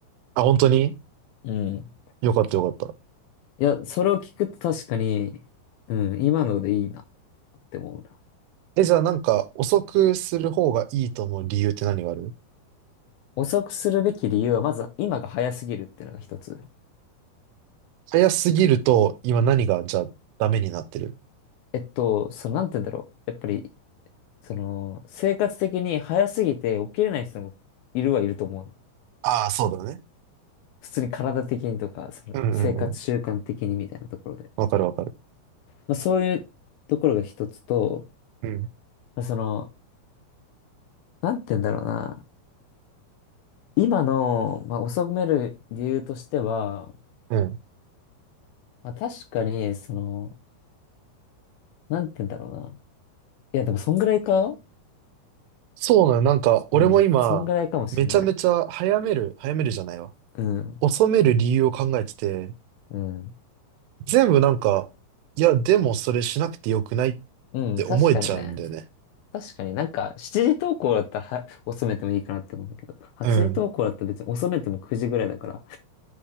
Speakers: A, on the right; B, on the left.
A: あ、本当に
B: うん。
A: よかったよかった。
B: いや、それを聞くと確かに、うん、今のでいいなって思うな。
A: え、じゃあなんか、遅くする方がいいと思う理由って何がある
B: 遅くするべき理由は、まず今が早すぎるっていうのが一つ。
A: 早すぎると、今何が、じゃあ、ダメになってる。
B: えっと、その、なんて言うんだろう。やっぱり、その、生活的に早すぎて起きれない人もいるはいると思うの。
A: ああ、そうだね。
B: 普通に体的にとか、その、
A: うんうんうん。
B: 生活習慣的にみたいなところで。
A: わかるわかる。
B: まあ、そういうところが一つと、
A: うん。
B: まあ、その、なんて言うんだろうな。今の、まあ、遅める理由としては、
A: うん。
B: まあ、確かに、その、なんて言うんだろうな。いや、でも、そんぐらいか
A: そうなのよ。なんか、俺も今、
B: うん、そんぐらいかもしんない。
A: めちゃめちゃ早める、早めるじゃないわ。
B: うん、
A: 遅める理由を考えてて、
B: うん、
A: 全部なんか、いや、でもそれしなくてよくないっ
B: うん、
A: て思えちゃうんだよね。
B: 確かにね。確かになんか、7時投稿だったらは遅めてもいいかなって思うんだけど、8時投稿だったら別に遅めても9時ぐらいだから、
A: うん。